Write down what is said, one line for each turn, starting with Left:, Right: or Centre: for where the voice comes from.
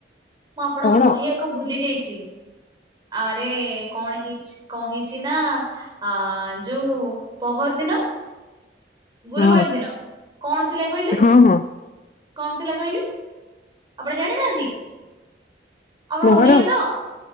Right: ମୁଁ ଆପଣଙ୍କୁ
Left: କଣ
Right: କହିବାକୁ ଭୁଲି ଯାଇଚି ଆରେ କଣ ହେଇ କଣ ହେଇଚିନା ଅ ଯୋଉ ପହରଦିନ ଗୁରୁବାର
Left: ହଁ
Right: ଦିନ। କଣ ଥିଲା କହିଲେ?
Left: ହଁ ହଁ।
Right: କଣ ଥିଲା କହିଲେ, ଆପଣ ଜାଣିନାହାନ୍ତି? ଆପଣ
Left: ମହରମ
Right: ଓଡିଆ ତ?